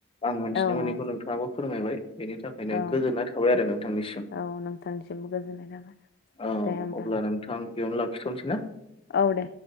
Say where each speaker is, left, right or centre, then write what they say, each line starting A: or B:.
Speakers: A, on the left; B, on the left.
A: आं मोनथिनो
B: औ
A: मोनैखौ
B: औ
A: नोंथाङाबो फोरमायबाय। बेनि थाखायनो
B: औ
A: गोजोननाय थाबाय आरो नोंथांनिसिम।
B: औ नोंथांनिसिमबो गोजोननाय थाबाय
A: औ
B: दे होमब्ला
A: अब्ला नोंथां बेयावनो लाखिथ'नोसैना।
B: औ दे।